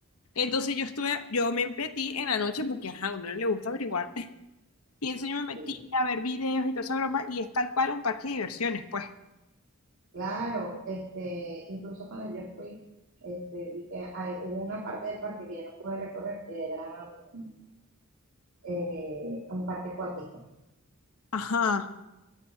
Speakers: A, on the left; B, on the right.
A: Entonces yo estuve, yo me metí en la noche porque, ajá, a uno le gusta averiguar. <laughs> Y entonces yo me metí
B: Sí.
A: a ver videos y toda esa broma y es tal cual un parque de diversiones, pues.
B: Claro, este, incluso cuando yo fui, este, vi que hay, hubo una parte del parque que yo no pude recorrer, que era mm, eh, un parque acuático,
A: Ajá.